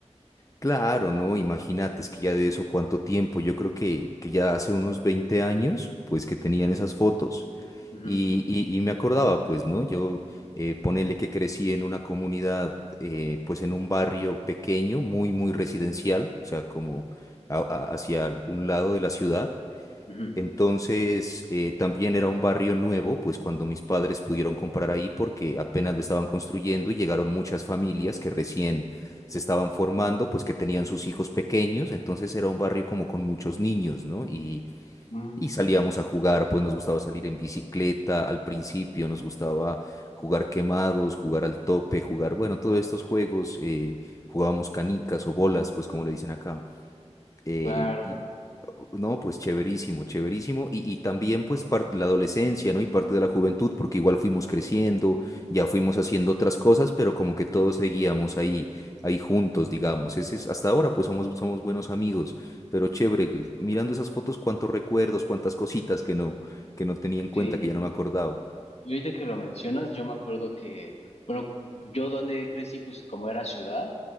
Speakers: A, on the left (about 25°); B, on the left (about 60°).
A: Claro, no, imagínate, es que ya de eso cuánto tiempo, yo creo que, que ya hace unos 20 años, pues que tenían esas fotos
B: Ujú,
A: y, y- y me acordaba, pues, ¿no? Yo eh, ponele que crecí en una comunidad, eh, pues en un barrio pequeño, muy, muy residencial, o sea, como a- a- hacia un lado de la ciudad
B: ujú.
A: entonces, eh, también era un barrio nuevo, pues cuando mis padres pudieron comprar ahí porque apenas lo estaban construyendo y llegaron muchas familias que recién se estaban formando, pues que tenían sus hijos pequeños, entonces era un barrio como con muchos niños, ¿no? Y,
B: Mm,
A: y salíamos a jugar, pues nos gustaba salir en bicicleta al principio, nos gustaba jugar quemados, jugar al tope, jugar, bueno, todos estos juegos, eh, jugábamos canicas o bolas, pues como le dicen acá. Eh,
B: claro,
A: y uh, no, pues chéverísimo, chéverísimo. Y, y también pues parte la adolescencia, ¿no? Y parte de la juventud, porque igual fuimos creciendo, ya fuimos haciendo otras cosas, pero como que todos seguíamos ahí, ahí juntos, digamos. Ese es, hasta ahora pues somos, somos buenos amigos, pero chévere, que- mirando esas fotos, cuántos recuerdos, cuántas cositas que no, que no tenía en cuenta,
B: sí.
A: que ya no me acordaba.
B: Y ahorita que lo mencionas, yo me acuerdo que, bueno, yo donde crecí, pues como era ciudad,